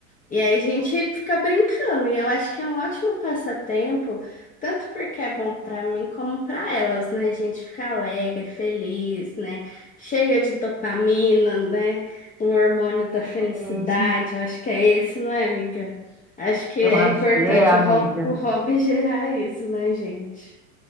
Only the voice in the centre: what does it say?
Sim,
eu acho
que é, amiga.